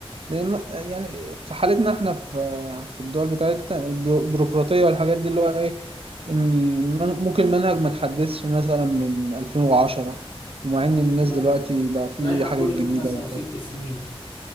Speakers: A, on the right; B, on the left.
A: لان يعني في حالتنا احنا في في الدول بتاعتنا البيروقراطية والحاجات دي اللي هو ايه إن الم- ممكن المنهج ما تحدثش مثلا من 2010 ومع ان الناس
B: بتبقى
A: دلوقتي بقى في
B: لائحة
A: حاجات
B: كل
A: جديدة
B: خمس
A: وبتاع.
B: أو ست سنين